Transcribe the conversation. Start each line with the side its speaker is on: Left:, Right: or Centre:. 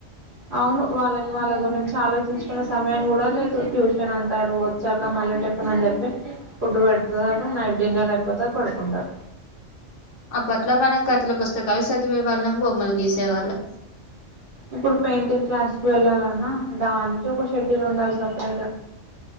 Right: అవును వాళ్ళకి వాళ్ళ గురించి ఆలోచించుకునే సమయం కూడా లేదు ట్యూషన్ అంటారు వచ్చాక మళ్ళీ టిఫిన్ అని చెప్పి ఫుడ్డుపెడుతారు నైట్ డిన్నర్ అయిపోతది పడుకుంటారు
Left: అప్పట్లా మనం కథల పుస్తకాలు చదివేవాళ్ళం బొమ్మలు గీసే వాళ్ళం
Right: ఇప్పుడు పెయింటింగ్ క్లాస్‌కి వెళ్ళాలన్నా దానికి ఒక షెడ్యూల్ ఉండాలి సపరేట్‌గా